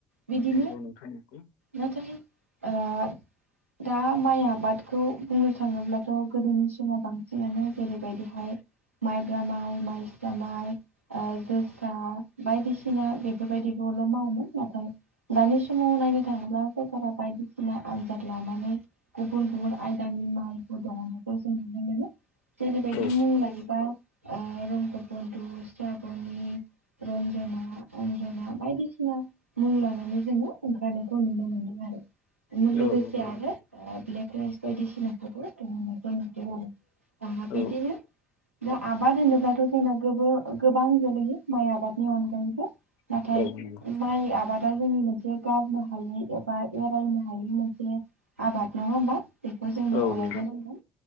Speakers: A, on the right; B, on the left.
A: बिदिनो
B: नंगौ नोंथां नंगौ
A: नाथाय ओ दा माइ आबादखौ बुंनो थाङोब्लाथ' गोदोनि समाव बांसिन <unintelligible> जेरैबायदिहाय माइब्रा माइ, माइस्रा माइ, जोसा दा बायदिसिना बेफोरबायदिखौल' मावोमोन नाथाय दानि समाव नायनो थाङोब्ला सरकारा बायदिसिना आनजाद लानानै गुबुन -गुबुन आयदानि माइफोर <unintelligible> जों नुनो मोनो। जेरैबायदि
B: औ
A: मुं लायोबा ओ रंग बन्दु स्राबनि रन्जना, अन्जना बायदिसिना मुं लानानै जोङो ओंखारनायखौ नुनो मोनदों।
B: <inaudible>
A: आरो लोगोसे
B: औ नंगौ
A: आरो ओ ब्लेक राइस बायदिसिनाखौबो दिहुननायखौ नुदों आरो। दा बेदिनो
B: औ
A: दा आबाद होनोब्लाथ' जोंना गोबो -गोबां गोलैयो माइ आबादनि अनगायैबो नाथाय
B: औ नंगौ
A: माइ आबाद दा जोंनि मोनसे गारनो हायै एबा एरायनो हायि मोनसे आबाद नंङा होमबा? बेखौ जोंनो
B: औ
A: अरायबो
B: नंगौ
A: नांगौ।